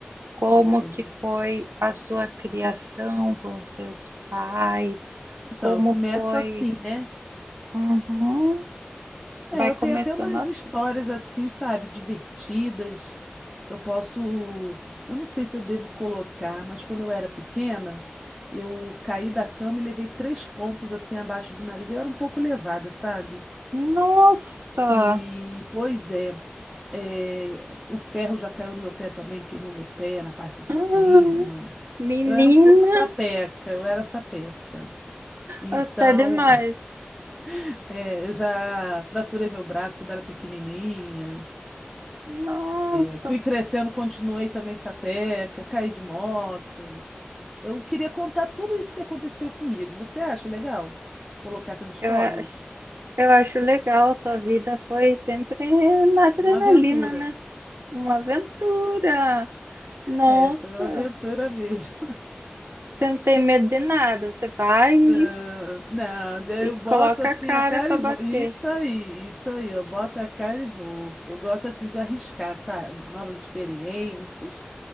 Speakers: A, on the right; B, in the centre.
A: como
B: entendi.
A: que foi a sua criação com os seus pais,
B: Então,
A: como
B: eu começo
A: foi.
B: assim, né?
A: Uhum.
B: É,
A: Vai
B: eu
A: começando
B: tenho até umas
A: assim.
B: histórias assim, sabe, divertidas. Eu posso, eu não sei se eu devo colocar, mas quando eu era pequena, eu caí da cama e levei três pontos assim abaixo do nariz. Eu era um pouco levada, sabe?
A: Nossa,
B: E, pois é, é, o ferro já caiu no meu pé também, queimou meu pé na parte de
A: Hum,
B: cima.
A: menina,
B: Eu era um pouco sapeca, eu era sapeca. Então,
A: até demais.
B: <laughs> é, eu já fraturei meu braço quando era pequenininha.
A: Nossa,
B: É, Fui crescendo, continuei também sapeca, caí de moto. Eu queria contar tudo isso que aconteceu comigo. Você acha legal colocar essas histórias?
A: eu acho Eu acho legal, a tua vida foi sempre na adrenalina,
B: Uma aventura.
A: né? Uma aventura. Nossa,
B: É, foi uma aventura mesmo.
A: você não tem medo de nada, você vai e,
B: <laughs> Não, daí
A: e
B: eu boto
A: coloca
B: assim
A: a cara
B: a cara
A: para
B: e vou.
A: bater.
B: Isso aí, isso aí, eu boto a cara e vou. Eu gosto assim de arriscar, sabe? Novas experiências,